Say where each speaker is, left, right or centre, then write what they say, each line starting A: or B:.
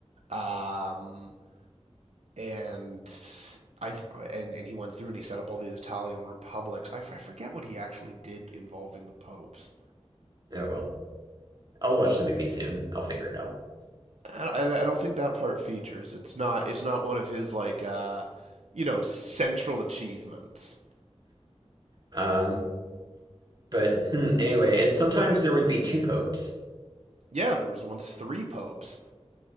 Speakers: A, on the right (about 80°); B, on the right (about 40°).
A: um, and I and and he went through and he set up all these Italian republics. I I forget what he actually did involving the popes.
B: Oh well. I'll watch the movie soon. I'll figure it out.
A: I, I- don't think that part features. It's not.
B: Oh
A: It's
B: well.
A: not one of his like, uh, you know, central achievements.
B: Um, but hmm, anyway, and sometimes there would be two popes,
A: Yeah, there was once three popes.